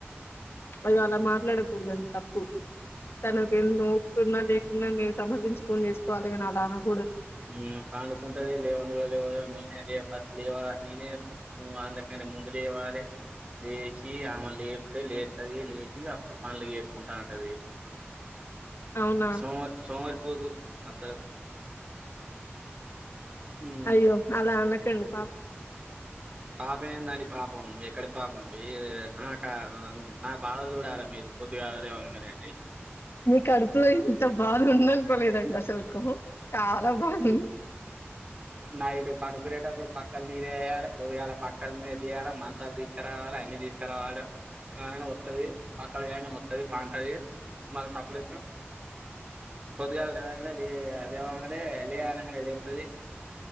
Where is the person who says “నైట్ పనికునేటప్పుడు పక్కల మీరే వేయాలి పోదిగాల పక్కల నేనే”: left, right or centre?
Right